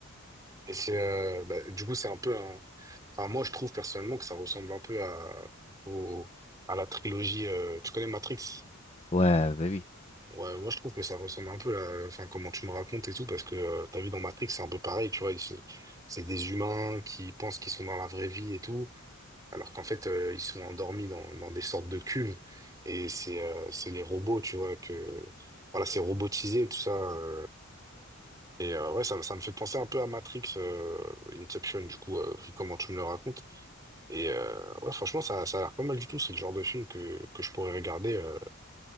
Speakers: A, on the right; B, on the left.
A: Et c'est, euh, bah, du coup, c'est un peu un. Enfin, moi, je trouve personnellement que ça ressemble un peu à, au, à la trilogie. euh, Tu connais Matrix?
B: Ouais, bah oui.
A: Ouais, moi je trouve que ça ressemble un peu là, enfin comment tu me racontes et tout, parce que euh, t'as vu dans Matrix, c'est un peu pareil, tu vois, ils se- c'est des humains qui pensent qu'ils sont dans la vraie vie et tout, alors qu'en fait euh, ils sont endormis dans, dans des sortes de cuves, et c'est euh, c'est les robots, tu vois, que voilà, c'est robotisé tout ça, euh, et euh, ouais, ça, me- ça me fait penser un peu à Matrix, euh, Inception, du coup, euh, vu comment tu me le racontes, et euh, ouais, franchement ça, ça a l'air pas mal du tout, c'est le genre de film que, que je pourrais regarder euh,